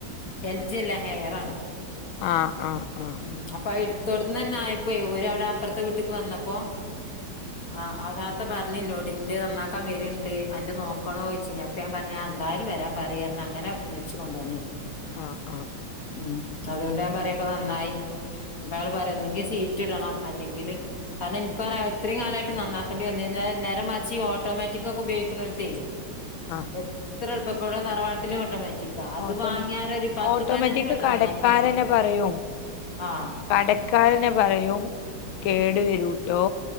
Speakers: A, on the left (about 50°); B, on the left (about 80°).
A: എൽജ്യല്ല ഹെയറാണ്
B: ആഹ് ആഹ് ആഹ്
A: ഉം അപ്പൊ അഹ്ട്ത്തോട്ത്ത്നന്നെ ആയപ്പോയ് ഒര് അവടെ അപ്പർത്തെ വീട്ട്ക്ക് വന്നപ്പാെ ആഹ് അതാണ് ഇപ്പ പറ്ഞ് ഇന്നോട് ഇന്റെത് നന്നാക്കാൻ വെര്ണ്ട് അന്റെ നോക്കണോയ്ച്ചിന് അപ്പഞാപറ്ഞ്ഞ് ആഹ് എന്തായാലും വെരാംപറീറ്ഞ്ഞ് അങ്ങനെ വിളിച്ച് കൊണ്ടോന്നേന്നു
B: ആഹ് ആഹ് ആഹ്
A: ഉം അതോണ്ട് ഞാംപറ്യാപൊ നന്നായി ഇപ്പഅയാള് പറ്യ ഒന്നെങ്കി സീറ്റ് ഇടണം അല്ലെങ്കില് കാരണം ഇൻക്കറ്യ ഇത്രിം കാലായിട്ട് നന്നാക്കെണ്ടിവന്നൈഞാ നേരേമർച്ച് ഓട്ടോമാറ്റിക്ക് ഒക്കെ ഉപയോഗിക്കണോൽതെെ
B: ആഹ്
A: എത്രഎളുപ്പ പബടെ തറവാട്ടിലും ഓട്ടോമാറ്റിക് അത്
B: ഓട്ടോമാറ്റിക്
A: വാങ്ങ്യാരൊര്പത്ത്
B: ഓട്ടോമാറ്റിക്
A: പൈനഞ്ച് വട്ടം
B: കടക്കാരനെ
A: നന്നാക്കിണ്ടാവും
B: പറയും
A: ആഹ്
B: കടക്കാരനെ പറയും കേടുവരൂട്ടോ